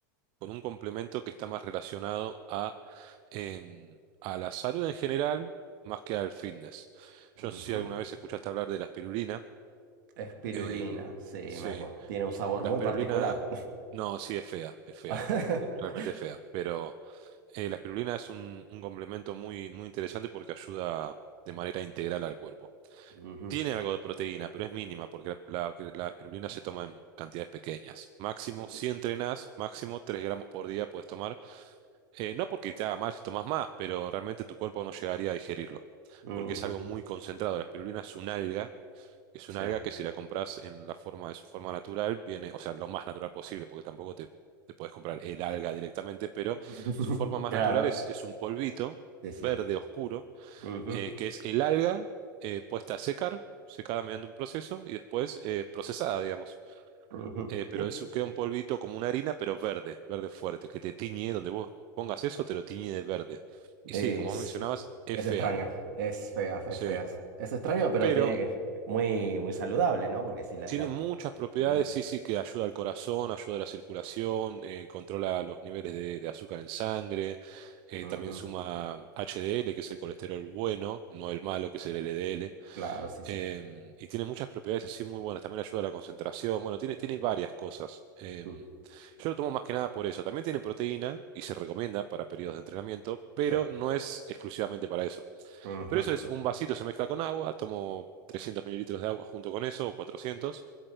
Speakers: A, on the right (about 55°); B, on the right (about 70°).
A: con un complemento que está más relacionado a, em, a la salud en general más que al fitness. Yo
B: ujú.
A: no sé si alguna vez escuchaste hablar de la espirulina.
B: Espirulina,
A: em,
B: sí,
A: sí,
B: me acuerdo. Tiene un sabor
A: la
B: muy
A: espirulina,
B: particular.
A: no, sí es fea, es fea.
B: <laughs>
A: Realmente es fea, pero eh, la espirulina es un, un complemento muy, muy interesante porque ayuda de manera integral al cuerpo.
B: Ujú,
A: Tiene algo de proteína, pero es mínima porque la, la- la espirulina se toma en cantidades pequeñas. Máximo,
B: ujú,
A: si entrenás, máximo 3 gramos por día puedes tomar. Eh, no porque te haga mal si tomas más, pero realmente tu cuerpo no llegaría a digerirlo,
B: ujú,
A: porque es algo muy concentrado. La espirulina es un alga, es
B: Sí.
A: un alga que si la compras en la forma de su forma natural, viene, o sea, lo más natural posible, porque tampoco te, te puedes comprar el alga directamente, pero
B: <laughs>
A: su forma más
B: Claro.
A: natural es, es un polvito
B: Sí, sí.
A: verde oscuro
B: Ujú,
A: eh, que es el alga eh, puesta a secar, secada mediante un proceso y después eh, procesada, digamos.
B: ujú.
A: Eh, pero
B: Sí.
A: eso queda un polvito como una harina, pero verde, verde fuerte, que te tiñe, donde vos pongas eso, te lo tiñe de verde. Y
B: Es,
A: sí, como vos mencionabas, es
B: es
A: fea,
B: extraño, es fea, es
A: sí.
B: fea. Es extraño, pero
A: Pero
B: tiene que... Muy, muy saludable, ¿no? Porque si la...
A: tiene
B: la-
A: muchas propiedades,
B: sí,
A: sí, sí, que ayuda al corazón, ayuda a la circulación, eh, controla los niveles de, de azúcar en sangre, eh,
B: ujú,
A: también suma HDL, que es el colesterol bueno, no el malo, que es el LDL
B: claro, sí, sí.
A: Em, y tiene muchas propiedades así muy buenas. También ayuda a la concentración. Bueno, tiene, tiene varias cosas. Em,
B: mm,
A: yo lo tomo más que nada por eso. También tiene proteína y se recomienda para periodos de entrenamiento, pero
B: Sí.
A: no es exclusivamente para eso.
B: ujú,
A: Pero eso es un vasito, se mezcla con agua. Tomo 300 mililitros de agua junto con eso, o 400.